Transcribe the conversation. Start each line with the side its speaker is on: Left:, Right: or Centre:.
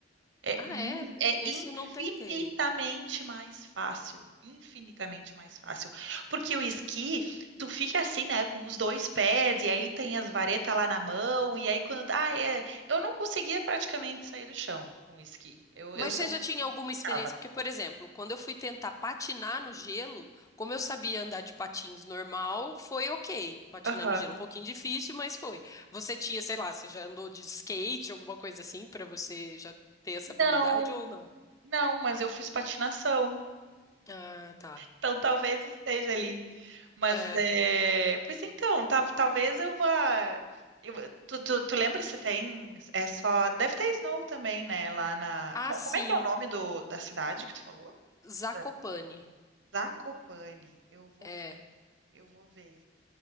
Right: É,
Left: Ah,
Right: mu-
Left: é?
Right: é
Left: Isso
Right: infinitamente
Left: eu não tentei.
Right: mais fácil, infinitamente mais fácil. Porque o esqui, tu fica assim, né, com os dois pés, e aí tem as varetas lá na mão, e aí quando. Ah, é. Eu não conseguia praticamente sair do chão com o esqui. Eu,
Left: Mas
Right: eu só
Left: você já tinha alguma experiência?
Right: ficava.
Left: Porque, por exemplo, quando eu fui tentar patinar no gelo, como eu sabia andar de patins normal, foi ok. Patinar
Right: Aham.
Left: no gelo, um pouquinho difícil, mas foi. Você tinha, sei lá, você já andou de skate, alguma coisa assim, pra você já ter essa
Right: Não,
Left: habilidade ou não?
Right: não, mas eu fiz patinação.
Left: Ah, tá.
Right: Então talvez esteja ali. Mas
Left: É.
Right: é,
Left: É.
Right: pois então, ta- talvez eu vá. eu- tu, tu, tu lembra se tem? É só. Deve ter Snow também, né? Lá na.
Left: Ah,
Right: co-
Left: sim.
Right: Como é que é o nome do, da cidade que tu falou?
Left: Zakopane.
Right: É. Zakopane. Eu vou,
Left: É.
Right: ver- eu vou ver.